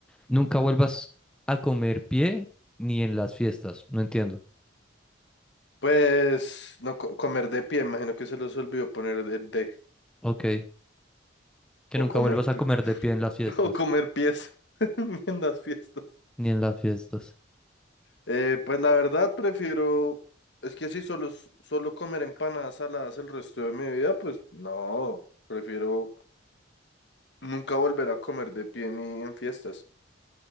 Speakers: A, in the centre; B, on the left.
A: nunca vuelvas a comer pie ni en las fiestas? No entiendo.
B: Pues no co- comer de pie, imagino que se los olvidó poner el de.
A: Ok. Que
B: O
A: nunca
B: comer
A: vuelvas a
B: pi-
A: comer de pie en las fiestas.
B: O comer pies <laughs> en las fiestas.
A: Ni en las fiestas.
B: Eh, pues la verdad prefiero, es que si solo, solo comer empanadas saladas el resto de mi vida, pues no, prefiero nunca volver a comer de pie ni en fiestas.